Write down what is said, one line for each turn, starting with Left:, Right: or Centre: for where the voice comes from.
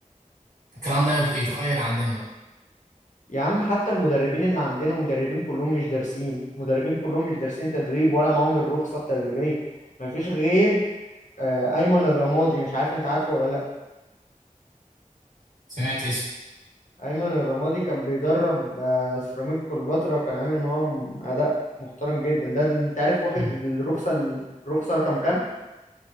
Right: الكلام ده يت- يتغير عندنا بقى
Left: يا عم حتى المدربين اللي عندنا مدربين كلهم مش دارسين مدربين كلهم مش دارسين تدريب ولا معاهم الرخصة التدريبية مفيش غير آه، ايمن الرمادي مش عارف انت عارفه ولا لا
Right: سمعت اسمه
Left: ايمن الرمادي كان بيدرب آه، سيراميك كليوباترا وكان عامل معاهم اداء محترم جدا ده, ده انت عارف واخد
Right: <laughs>
Left: الرخصة الرخصة رقم كام